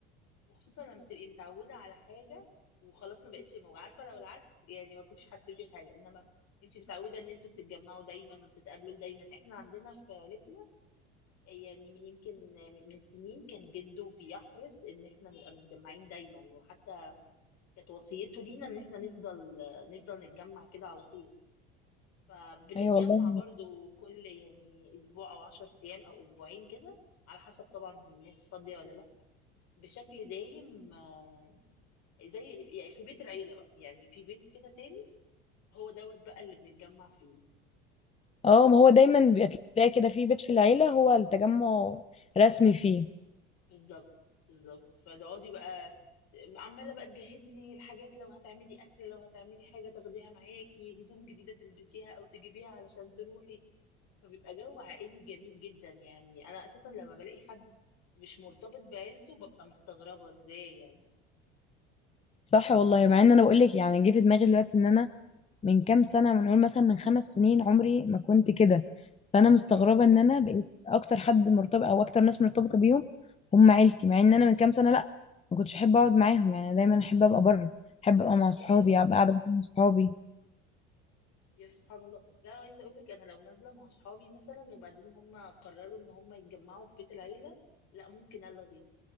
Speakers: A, on the left; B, on the left.
A: وخصوصا لما تبقي متعوده على حاجه وخلاص ما بقتش موجوده عارفه لو العكس يعني ما كنتش حسيتي بحاجه انما انت متعوده ان انتوا بتتجمعوا دايما وبتتقابلوا دايما احنا عندنا في عيلتنا يعني من يمكن من من سنين كان جده بيحرص ان احنا نبقى متجمعين دايما وحتى كانت وصيته لينا ان احنا نفضل نفضل نتجمع كده على طول فبنتجمع
B: ايوه والله
A: برضو كل يعني اسبوع او عشر ايام او اسبوعين كده على حسب طبعا الناس فاضية ولا لا بشكل دايم آه، زي يعني في بيت العيلة بقى يعني في بيت كده تاني هو دوت بقى اللي بنتجمع فيه
B: اه ما هو دايما بيبقى تلاقي كده في بيت في العيلة هو التجمع رسمي فيه
A: بالظبط بالظبط فتقعدي بقى عمالة بقى تجهزي الحاجات لو هتعملي أكل لو هتعملي حاجة تاخديها معاكي هدوم جديدة تلبسيها أو تجيبيها علشان تروحي فبيبقى جو عائلي جميل جدا يعني أنا أساسا لما بلاقي حد مش مرتبط بعيلته ببقى مستغربة ازاي يعني
B: صح والله مع ان انا بقول لك يعني جه في دماغي دلوقتي ان انا من كام سنة بنقول مثلا من خمس سنين عمري ما كنت كده فانا مستغربة
A: اه
B: ان انا بقيت اكتر حد مرتبط او اكتر ناس مرتبطة بيهم هم عيلتي مع ان انا من كام سنة لا ما كنتش احب اقعد معاهم يعني دايما احب ابقى بره احب ابقى مع صحابي
A: يا
B: ابقى قاعدة مع صحابي
A: يا سبحان الله لا عايزة اقول لك انا لو نازلة مع اصحابي مثلا وبعدين هم قرروا ان هم يتجمعوا في بيت العيلة لا ممكن الغي